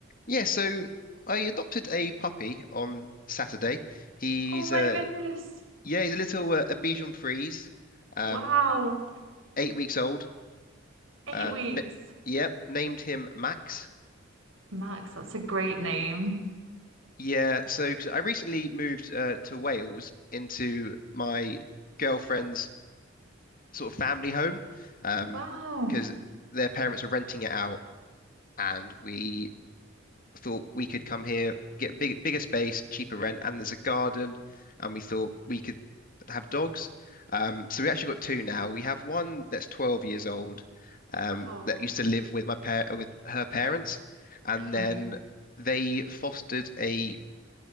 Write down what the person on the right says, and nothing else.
Oh my
goodness.
Wow.
Eight
weeks.
Max, that's a great name.
Wow.
Oh.
Mhm.